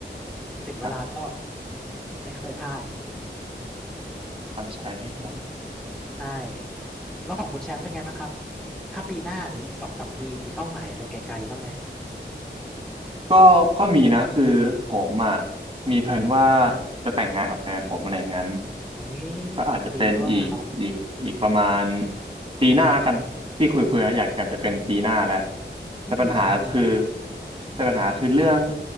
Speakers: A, in the centre; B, on the right.
A: อืมถึงเวลาก็
B: <laughs> ครับ
A: อืมไม่เคยพลาด
B: ต้องใช้ให้หมด
A: ใช่แล้วของคุณแชมป์เป็นไงบ้างครับถ้าปีหน้าหรืออีกสองสามปีมีเป้าหมายอะไรไกลๆบ้างไหม
B: ก็ก็มีนะคือผมอ่ะมีแผนว่าจะแต่งงานกับแฟนผมอะไรอย่างนั้น
A: โอ้ยยินดีด้วยครับ
B: ก็อาจจะเป็นอีกอีกอีกประมาณปีหน้าแล้วกันที่คุยคุยนะอยากอยากจะเป็นปีหน้าแล้วแต่ปัญหาคือ
A: นี่ดีจังเลย
B: แต่ปัญหาคือเรื่อง